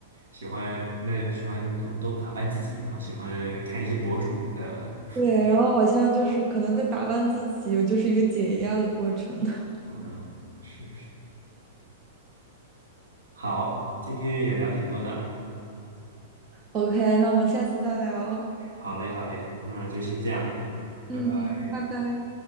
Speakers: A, on the right; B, on the right.
A: 喜欢那喜欢怎么多打扮自己，然后喜欢看一些博主的
B: 对，然后好像就是可能在打扮自己，就是一个解压的过程。<laughs>
A: 完了，是是，好，今天也聊挺多的，
B: OK，那我们下次再聊。
A: 好嘞，好嘞，那就先这样，嗯，
B: 嗯哼，
A: 拜拜。
B: 拜拜。